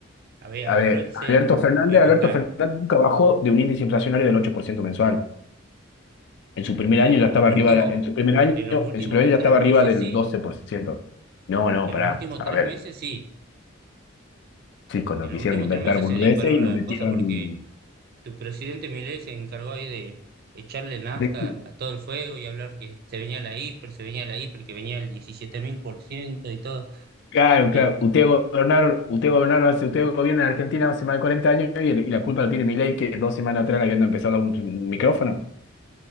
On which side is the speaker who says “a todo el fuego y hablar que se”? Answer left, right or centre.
Right